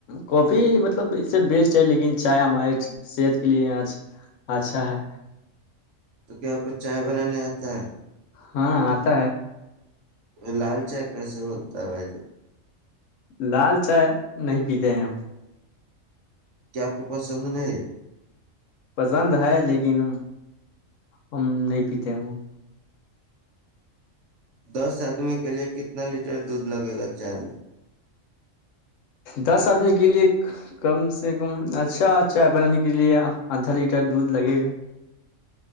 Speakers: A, on the left; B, on the right.
A: کافی مطلب اس سے بیسٹ ہے لیکن چائے ہمارے صحت کے لیے اچھا ہے
B: تو کیا بچ چائے بنانے آتا ہے
A: ہاں آتا ہے
B: تو لال چائے کیسے بنتا ہے بھائی ج
A: لال چائے نہیں پیتے ہیں ہم
B: کیا آپ کو پسند نہیں؟
A: پسند ہے لیکن ہم نہیں پیتے وہ
B: دس آدمی کے لیئے کتنا لیٹر دودھ لگے گا چین
A: دس آدمی کے لیے کم سے کم اچھا چائے بنانے کے لیے آدھا لیٹر دودھ لگے گا